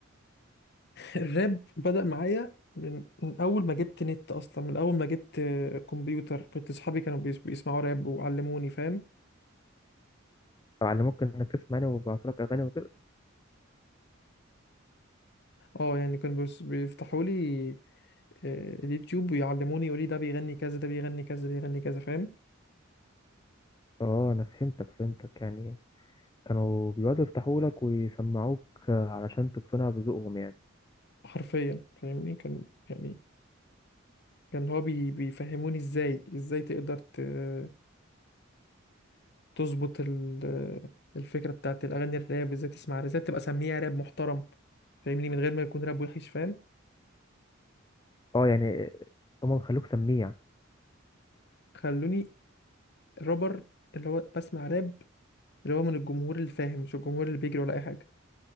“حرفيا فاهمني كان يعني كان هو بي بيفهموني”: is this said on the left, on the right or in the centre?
Left